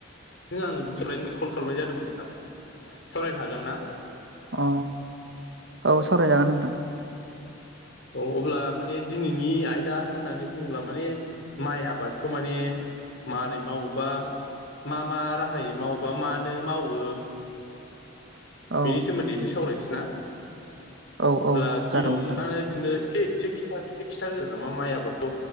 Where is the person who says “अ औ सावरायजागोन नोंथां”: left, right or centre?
Right